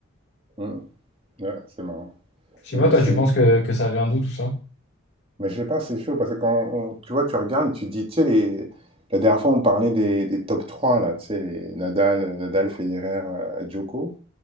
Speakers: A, on the right; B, on the left.
A: Mmh. Ouais, c'est marrant.
B: Je sais
A: Mais
B: pas, toi,
A: c'est
B: tu penses que, que ça avait un doute, tout ça?
A: mais je sais pas, c'est chaud parce que quand on tu vois, tu regardes et tu dis, tu sais les la dernière fois on parlait des, des top 3 là, tu sais les Nadal, euh, Nadal, Federer, euh, Djoko.